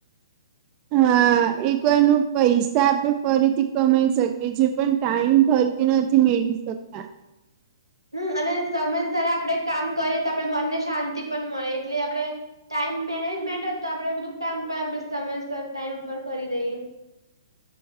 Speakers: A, on the right; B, on the right.
A: હા એક વારનું પૈસા આપે ફરીથી કમાઈ શકીએ છીએ પણ ટાઈમ ફરથી નથી મેળ શકતા.
B: હમ્મ અને સમયસર આપડે કામ કરીએ તો આપડે મનને શાંતિ પણ મળે એટલે આપડે ટાઈમ મેનેજમેન્ટ જ તો આપડે બધું કામ પણ આપ સમયસર ટાઈમ ઉપર કરી દઈએ.